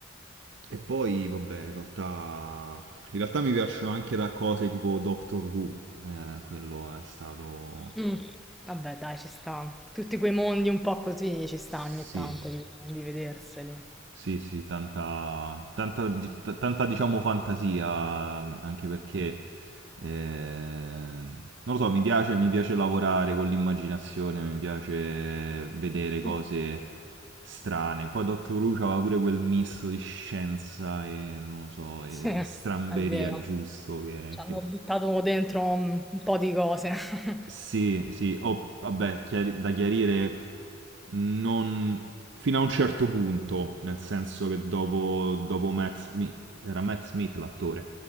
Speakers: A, on the right (about 65°); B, in the centre.
A: E poi, vabbè, in realtà, in realtà mi piacciono anche da cose tipo Doctor Who, eh, quello è stato...
B: Mm, Vabbè, dai, ci sta. Tutti quei mondi un po' così ci sta
A: Sì,
B: ogni tanto di, di vederseli.
A: sì, sì, tanta, tanta, di- t- tanta, diciamo fantasia, anche perché, eh, non lo so, mi piace, mi piace lavorare con l'immaginazione, mi piace vedere cose
B: Mm,
A: strane. Poi Doctor Who aveva pure quel misto di scienza e, non lo so, e
B: Sì, è
A: stramberia
B: vero.
A: giusto che,
B: Ci hanno
A: che
B: buttato dentro un, un po' di cose. <laughs>
A: Sì, sì, oh, vabbè, chiari- da chiarire non... fino a un certo punto, nel senso che dopo, dopo Matt Smith, era Matt Smith l'attore,